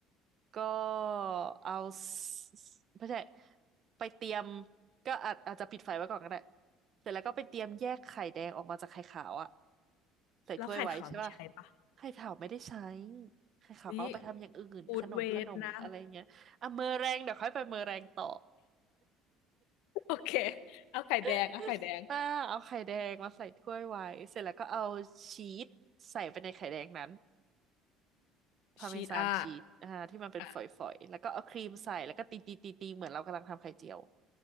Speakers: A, on the right; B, on the left.
A: ก็เอาสไม่ใช่ไปเตรียมก็อาจอาจจะปิดไฟไว้ก่อนก็ได้เสร็จแล้วก็ไปเตรียมแยกไข่แดงออกมาจากไข่ขาวอะใส่ถ้วยไว้ใช่ป่ะ
B: แล้วไข่ขาวนี่ใช้ปะ
A: ไข่ขาวไม่ได้ใช้ไข่ขาวก็เอาไปทำอย่างอื่นขนมขนมอะไรเงี้ยอ่ะเมอแรงเดี๋ยวค่อยไปเมอแรงต่อ
B: ว่ฟูดเวทนะโอเคเอาไข่แดงเอาไข่แดง
A: <laughs> อ่าเอาไข่แดงมาใส่ถ้วยไว้เสร็จแล้วก็เอาชีสใส่ไปในไข่แดงนั้นพาร์เมซานชีสอ่าที่มันเป็นฝอยๆแล้วก็เอาครีมใส่แล้วก็ตีตีตีตีเหมือนเรากำลังทำไข่เจียว
B: ชีตอ่าอ่ะ